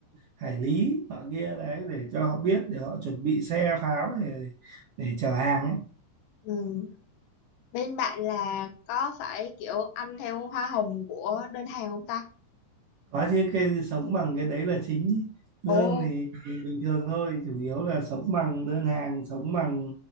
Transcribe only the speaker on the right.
hải lý nọ kia đấy để cho họ biết để họ chuẩn bị xe pháo để để chở hàng ấy
có chứ cái sống bằng cái đấy là chính ý. lương
thì, thì bình thường thôi chủ yếu là sống bằng đơn hàng sống bằng